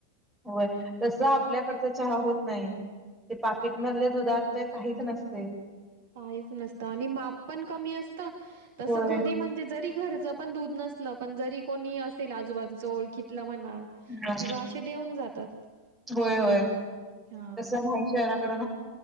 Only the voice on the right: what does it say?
काहीच नसत आणि माप पण कमी असत तस
घरी म्हणजे जरी घरच पण दूध नस पण जरी कोणी असेल आजूबाजूच ओळखितलं म्हणा
किंवा असे देऊन जातात
हां.